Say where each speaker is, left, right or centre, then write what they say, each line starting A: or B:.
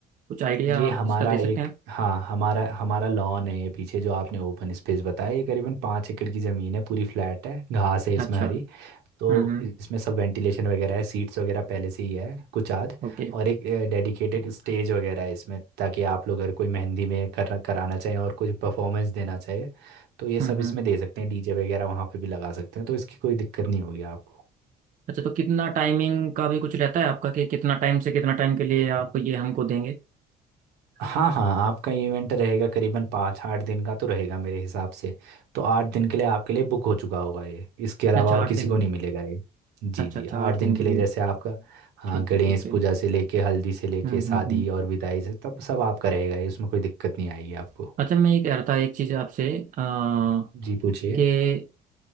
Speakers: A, on the right; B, on the right.
A: कुछ आइडिया
B: ये हमारा
A: इसका दे सकते
B: एक
A: हैं आप
B: हाँ हमारा हमारा लॉन है ये पीछे जो आपने ओपन स्पेस बताया ये करीबन पाँच एकड़ की ज़मीन है पूरी फ्लैट है घास है इसमें
A: अच्छा
B: हरी
A: हम्म
B: तो
A: हम्म
B: इसमें सब वेंटिलेशन वगैरह है सीट्स वगैरह पहले से ही है कुछ आध
A: ओके
B: और एक डेडिकेटेड स्टेज वगैरह है इसमें ताकि आप लोग अगर कोई मेहंदी में कर कराना चाहें और कुछ परफॉर्मेंस देना चाहे तो ये
A: हम्म
B: सब इसमें दे सकते हैं डीजे वगैरह वहाँ पे भी लगा सकते हैं तो इसकी कोई दिक्कत नहीं होगी आपको
A: अच्छा तो कितना टाइमिंग का भी कुछ रहता है आपका कि कितना टाइम से कितना टाइम के लिए आप ये हमको देंगे
B: हाँ हाँ आपका इवेंट रहेगा करीबन पाँच आठ दिन का तो रहेगा मेरे हिसाब से तो आठ दिन के लिए आपके लिए बुक हो चुका होगा ये इसके अलावा
A: अच्छा
B: और
A: आठ
B: किसी
A: दिन
B: को
A: के
B: नहीं मिलेगा ये जी
A: अच्छा
B: जी
A: अच्छा
B: आठ
A: आठ
B: दिन
A: दिन
B: के
A: के लिए
B: लिए जैसे आपका हाँ
A: ठीक
B: गणेश
A: है ठीक है
B: पूजा से लेके हल्दी से लेके
A: हम्म
B: शादी
A: हम्म हम्म
B: और विदाई से तब सब आपका रहेगा ये, इसमें कोई दिक्कत नहीं आएगी आपको
A: अच्छा मैं ये कह रहा था एक चीज़ आपसे अ,
B: जी पूछिए
A: कि